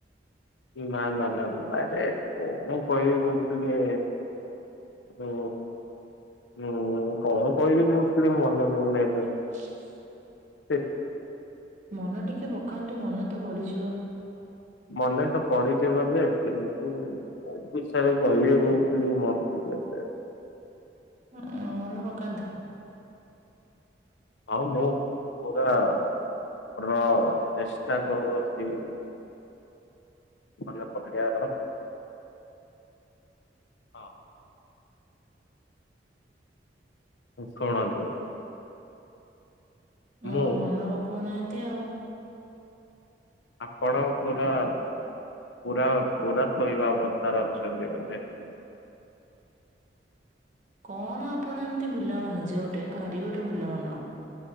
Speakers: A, on the left (about 85°); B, on the right (about 40°).
A: ନା ନା ନା ଆରେ କଣ କହିବି କହୁଥିଲି। ହୁଁ ହୁଁ କଣ କହିବି କହୁଥିଲି ମନେପଡୁ ନାହିଁ ଏବେ।
B: <unintelligible>
A: ସେ
B: ମନ ଟିକେ ପକାନ୍ତୁ ମନେ ତ ପଡିଯିବ।
A: ମନେ ତ ପଡିଯିବ ଯେ କିନ୍ତୁ କୋଉ ବିଷୟରେ କହିବି କହୁଥିଲି <unintelligible>
B: ହୁଁ, ମନେ ପକାନ୍ତୁ।
A: ହଁ ମୁଁ ପୁରା ପ୍ର ଚେଷ୍ଟା କରୁଅଛି। ମନେପକେଇଆର, ହଁ। ଶୁଣନ୍ତୁ।
B: ଉଁ,
A: ମୁଁ
B: ମନେ ପକଉନାହାନ୍ତି ଆଉ।
A: ଆପଣ ପୁରା ପୁରା ପୁରା ସୋଇବା ଅବସ୍ଥାରେ ଅଛନ୍ତି ବୋଧେ।
B: କଣ ଆପଣ ଏମିତି ଭୁଲାମନ ଯେ ଗୋଟେ, ଭାରି ଗୋଟେ ଭୁଲାମନ।